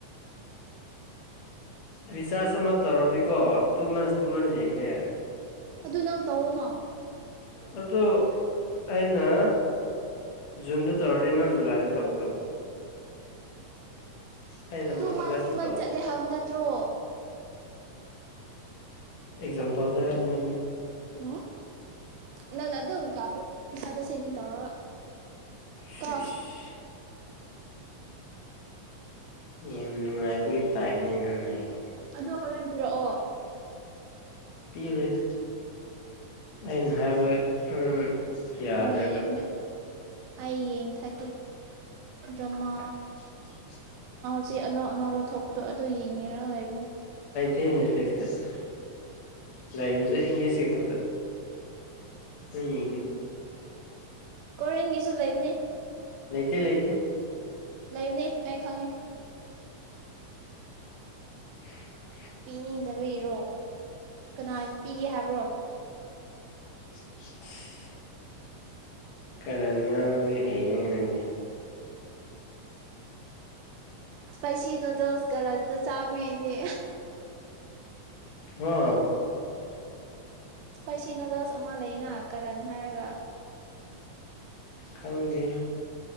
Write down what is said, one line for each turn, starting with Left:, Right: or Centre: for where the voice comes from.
Left: ꯄ ꯔꯤꯆꯥꯔꯖ ꯑꯃ ꯇꯧꯔꯗꯤꯀꯣ ꯇꯨ ꯃꯟꯁ ꯇꯨ ꯃꯟꯁ ꯌꯦꯡꯕ ꯌꯥꯔꯦ
Right: ꯑꯗꯨ ꯅꯪ ꯇꯑꯣꯅꯣ
Left: ꯑꯗꯨ ꯑꯩꯅ ꯖꯨꯟꯗ ꯇꯧꯔꯅꯤꯅ ꯖꯨꯂꯥꯏꯗ ꯇꯧꯒꯗꯕ ꯑꯩꯅ
Right: ꯇꯨ
Left: ꯑꯃꯨꯛ
Right: ꯃꯥꯜ
Left: ꯑꯥꯒꯁꯇ
Right: ꯇꯨꯃꯟ ꯆꯠꯂꯦ ꯍꯥꯏꯕ ꯅꯠꯇ꯭ꯔꯣ
Left: ꯑꯦꯛꯖꯝꯄꯥꯎꯗ ꯍꯥꯏ ꯃꯤ
Right: ꯎꯝ ꯅꯪꯅ ꯑꯗꯨꯝ ꯀꯥꯕꯨꯣ ꯄꯩꯁꯥꯗꯣ ꯁꯦꯚꯤꯡ ꯇꯧꯔ
Left: ꯁꯤꯁ
Right: ꯀ
Left: ꯌꯥꯝ ꯅꯨꯡꯉꯥꯏꯕꯒꯤ ꯇꯥꯏꯞꯅꯤ ꯅꯪ ꯍꯥꯏꯁꯦ
Right: ꯑꯗꯨꯣ ꯍꯣꯔꯦꯟꯕꯤꯤꯔꯛꯑꯣ
Left: ꯄꯤꯔꯣꯏ ꯑꯩꯅ ꯍꯥꯏꯕ ꯎ ꯌꯥꯗ꯭ꯔꯒ
Right: ꯌꯦꯡꯒꯦ ꯑꯩ ꯌꯦꯡꯊꯒꯦ ꯗ꯭ꯔꯃꯥ
Left: ꯁ
Right: ꯆ ꯑꯅꯣ ꯑꯅꯧꯕ ꯊꯣꯛꯄꯗꯣ ꯑꯗꯨ ꯌꯦꯡꯉꯔ ꯂꯩꯔ
Left: ꯁꯤ ꯅꯦꯠꯐ꯭ꯂꯤꯛꯁꯇ ꯂꯩꯔꯤꯕꯁꯦ ꯏꯪꯂꯤꯁꯀꯤ ꯈꯛꯇ ꯑꯅꯤ
Right: ꯀꯣꯔꯦꯟꯒꯤꯁꯨ ꯂꯩꯕꯅꯦ
Left: ꯂꯩ ꯂꯩꯇ ꯂꯩ ꯂꯩꯇ
Right: ꯂꯩꯕꯅꯦ ꯑꯩ ꯈꯪꯉꯤ
Left: <unintelligible>
Right: ꯄꯤꯅꯤꯡꯗꯕ ꯏꯔꯣ ꯀꯅꯥꯁꯨ ꯄꯤꯒꯦ ꯍꯥꯏꯕ꯭ꯔꯣ
Left: <unintelligible> ꯀꯔ ꯉꯥꯡꯗꯤ ꯍꯩꯔꯦ ꯅꯪ
Right: ꯁꯄꯩꯁꯤ ꯏꯅꯣꯗꯣꯁꯀꯔ ꯆꯥꯎꯥꯎꯏꯅꯦ
Left: ꯍ
Right: ꯏꯁꯄꯥꯏꯁꯤꯅꯂꯁ ꯑꯃ ꯂꯩꯅ ꯀꯔꯅ ꯍꯥꯏꯔꯒ
Left: ꯈꯪꯒꯤ